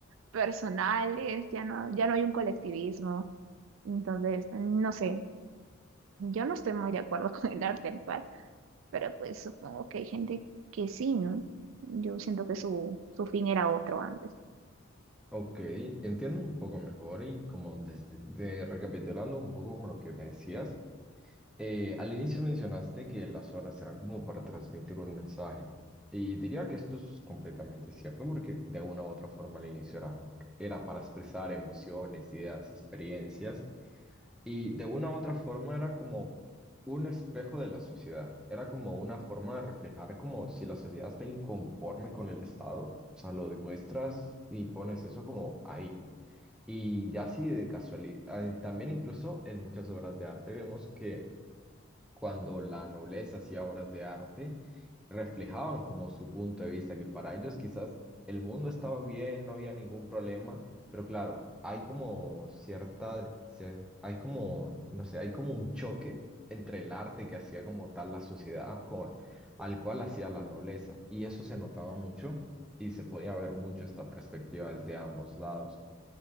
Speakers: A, on the right (about 75°); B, in the centre.
A: personales, ya no, ya no hay un colectivismo. Entonces, no sé, yo no estoy muy de acuerdo <laughs> con el arte actual, pero pues supongo que hay gente que sí, ¿no? Yo siento que su, su fin era otro antes.
B: Ok, entiendo un poco mejor y como desde- de- recapitulando un poco como lo que me decías. Eh, al inicio mencionaste que las horas eran como para transmitir un mensaje y diría que esto es completamente cierto porque de una u otra forma al inicio era, era para expresar emociones, ideas, experiencias y de una u otra forma era como un espejo de la sociedad, era como una forma de reflejar como si la sociedad está inconforme con el Estado, o sea, lo demuestras y pones eso como ahí. Y ya así de casualidad, también incluso en muchas obras de arte vemos que cuando la nobleza hacía obras de arte, reflejaban como su punto de vista, que para ellos quizás el mundo estaba bien, no había ningún problema, pero claro, hay como cierta, cier- hay como, no sé, hay como un choque entre el arte que hacía como tal la sociedad con, al cual hacía la nobleza, y eso se notaba mucho y se podía ver mucho esta perspectiva desde ambos lados.